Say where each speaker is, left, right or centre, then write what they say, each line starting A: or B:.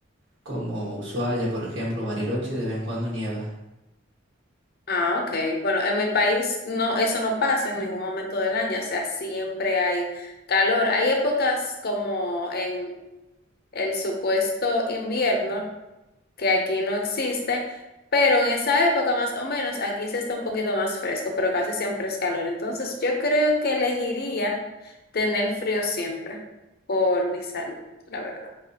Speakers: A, on the right (about 70°); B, on the left (about 50°).
A: como Ushuaia, por ejemplo, Bariloche, de vez en cuando nieva.
B: Ah, ok. Bueno, en mi país no, eso no pasa en ningún momento del año, o sea, siempre hay calor. Hay épocas como en el supuesto invierno, que aquí no existe, pero en esa época más o menos aquí se está un poquito más fresco, pero casi siempre es calor. Entonces yo creo que elegiría tener frío siempre por mi salud, la verdad.